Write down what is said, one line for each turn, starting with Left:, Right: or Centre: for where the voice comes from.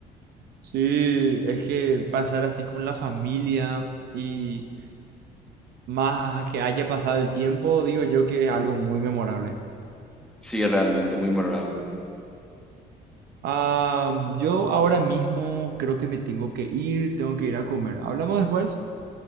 Right: Sí, es que pasar así con la familia y más que haya pasado el tiempo, digo yo que es algo muy memorable.
Centre: Sí, realmente, muy memorable.
Right: Ah, yo ahora mismo creo que me tengo que ir, tengo que ir a comer. Hablamos después.